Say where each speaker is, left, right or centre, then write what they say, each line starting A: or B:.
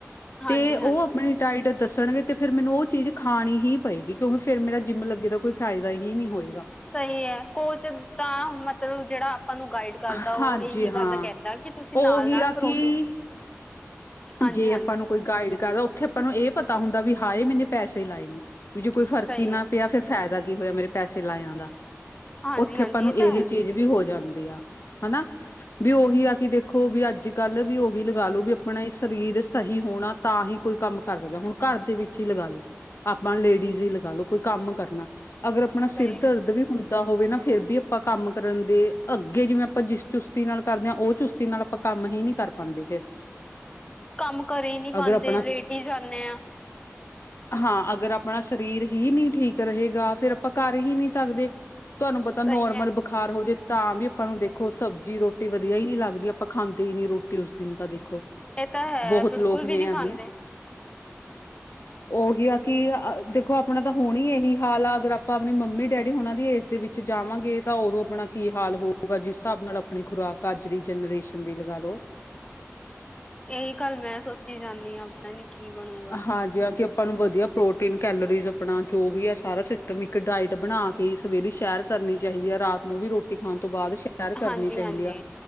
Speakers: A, on the left (about 20°); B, on the left (about 55°).
A: ਹਾਂਜੀ
B: ਤੇ ਓ
A: ਹਾਂਜੀ
B: ਆਪਣੇ ਡਾਇਟ ਦੱਸਣਗੇ ਤੇ ਫਿਰ ਮੈਨੂੰ ਓ ਚੀਜ਼ ਖਾਣੀ ਹੀ ਪਏਗੀ ਕਿਉਂਕਿ ਫੇਰ ਮੇਰਾ ਜਿੰਮ ਲੱਗੇ ਦਾ, ਕੋਈ ਫਾਇਦਾ ਹੀ ਨੀ ਹੋਏਗਾ।
A: ਸਹੀ ਹੈ, ਕੁਛ ਤਾਂ ਮਤਲਬ ਜੇੜਾ ਆਪਾਂ ਨੂੰ ਗਾਈਡ ਕਾੱਲ
B: ਹਾਂਜੀ
A: ਦਾ ਓ ਏਹੀ ਗਾੱਲ
B: ਹਾਂ
A: ਕੈਂਦਾ ਕਿ ਤੂਸੀ ਨਾਲ,
B: ਉਹੀ
A: ਨਾਲ
B: ਆ
A: ਪ੍ਰੋਟੀਨ
B: ਕਿ
A: ਹਾਂਜੀ
B: ਜੇ
A: ਹਾਂਜੀ
B: ਅਪਾਂ ਨੂੰ ਕੋਈ ਗਾਈਡ ਕਾਰ, ਓਥੇ ਅਪਾਂ ਨੂੰ ਏ ਪਤਾ ਹੁੰਦਾ ਵੀ ਹਾਏ ਮੈਨੇ ਪੈਸੇ ਲਾਏ ਨੇ। ਵੀ ਜੇ ਕੋਈ ਫ਼ਰਕ
A: ਸਹੀ
B: ਈ ਨਾ
A: ਹੈ
B: ਪੇਆ, ਫੇਰ ਫੈਦਾ ਕੀ ਹੋਏਆ ਮੇਰੇ ਪੈਸੇ ਲਾਏਆਂ ਦਾ।
A: ਹਾਂਜੀ
B: ਓਥੇ
A: ਹਾਂਜੀ
B: ਅਪਾਂ ਨੂੰ
A: ਇਹ ਤਾਂ
B: ਏਹ
A: ਹੈ
B: ਚੀਜ ਵੀ ਹੋ ਜਾਂਦੀ ਆ, ਹਨਾ। ਬੀ ਓਹੀ ਆ ਕੇ ਦੇਖੋ, ਵੀ ਅੱਜ-ਕੱਲ, ਵੀ ਓਹੀ ਲਗਾਲੋ, ਵੀ ਅਪਣਾ ਇਸ ਸਰੀਰ ਸਹੀ ਹੋਣਾ ਤਾਂ ਹੀ ਕੋਈ ਕਾੰਮ ਕਾਰ ਸਕਦਾ, ਹੁਣ ਘਾਰ ਦੇ ਵਿੱਚ ਈ ਲਗਾ ਲੋ। ਆਪਾਂ ਲੇਡੀਜ਼ ਹੀ ਲਗਾ ਲੋ, ਕੋਈ ਕਾੰਮ ਕਰਨਾ, ਅਗਰ ਅਪਣਾ ਸਿਰ
A: ਸਹੀ ਹੈ
B: ਦਰਦ ਵੀ ਹੁੰਦਾ ਹੋਵੇ ਨਾ ਫੇਰ ਵੀ ਅਪਾਂ ਕਾੰਮ ਕਰਨ ਦੇ, ਅੱਗੇ ਜਿਵੇਂ ਅਪਾਂ ਜਿਸ ਚੁਸਤੀ ਨਾਲ ਕਾਰਦੇ ਆਂ, ਓ ਚੁਸਤੀ ਤੇ ਨਾਲ ਅਪਾਂ ਕਾੰਮ ਹੀ ਨੀ ਕਾਰ ਪਾਂਦੇ ਫੇਰ।
A: ਕਾੰਮ ਕਰ ਈ ਨੀ ਪਾਂਦੇ
B: ਅਗਰ ਆਪਣਾ
A: ਲੇਟ ਈ ਜਾਂਨੇ ਆਂ।
B: <inaudible> ਹਾਂ, ਅਗਰ ਅਪਣਾ ਸਰੀਰ ਹੀ ਨੀ ਠੀਕ ਰਹੇਗਾ ਫੇਰ ਅਪਾਂ ਕਾਰ ਹੀ ਨੀ ਸਕਦੇ। ਤੂਆਨੂੰ ਪਤਾ ਨੋਰਮਲ
A: ਸਹੀ ਹੈ
B: ਬ ਬੁਖਾਰ ਹੋ ਜੇ ਤਾਂ ਵੀ ਅਪਾਂ ਨੂੰ ਦੇਖੋ ਸਬਜੀ, ਰੋਟੀ ਵਦੀਆ ਈ ਨੀ ਲਾਗਦੀ ਅਪਾਂ ਖਾਂਦੇ ਈ ਨੀ ਰੋਟੀ ਉਸ ਦਿਨ ਤਾਂ ਦੇਖੋ।
A: ਇਹ ਤਾਂ ਹੈ
B: ਬੋਹਤ
A: ਬਿਲਕੁਲ
B: ਲੋਕ
A: ਵੀ
B: ਨੇ
A: ਨਹੀਂ
B: ਐਂਵੇਂ
A: ਖਾਂਦੇ
B: ਓਹੀ ਆ ਕਿ ਦੇਖੋ ਆਪਣਾ ਤਾਂ ਹੋਣੀ ਏਹੀ ਹਾਲ ਆ ਅਗਰ ਆਪਾਂ ਆਪਨੀ ਮੰਮੀ, ਡੈਡੀ ਹੋਣਾ ਦੀ ਏਜ ਦੇ ਵਿੱਚ ਜਾਵਾਂਗੇ ਤਾਂ ਓਦੋਂ ਅਪਣਾ ਕੀ ਹਾਲ ਹੋਊਗਾ, ਜਿਸ ਸ੍ਹਾਬ ਨਾਲ ਅਪਣੀ ਖੁਰਾਕ, ਆੱਜ ਦੀ ਜਨਰੇਸ਼ਨ ਦੀ ਲਗਾ ਲੋ।
A: ਏਹੀ ਗਾੱਲ ਮੈਂ ਸੋਚੀ ਜਾਂਨੀ ਆਂ। ਪਤਾ ਨੀ ਕੀ ਬਣੂ।
B: ਹਾਂਜੀ ਆਕੇ ਅਪਾਂ ਨੂੰ ਵਦੀਆ ਪ੍ਰੋਟੀਨ ਕੈਲਰੀਜ਼ ਅਪਣਾ ਜੋ ਵੀ ਹੈ, ਸਾਰਾ ਸਿਸਟਮ ਇੱਕ ਡਾਇਟ ਬਣਾ ਕੇ ਸਵੇਰੇ ਸੈ਼ਰ ਕਰਨੀ ਚਾਹੀਦੀ ਐ, ਰਾਤ ਨੂੰ ਵੀ ਰੋਟੀ ਖਾਨ ਤੋਂ ਬਾਦ ਮੈ਼ ਸੈ਼ਰ ਕਰਨੀ
A: ਹਾਂਜੀ
B: ਚਾਹੀਦੀ
A: ਹਾਂਜੀ
B: ਆ,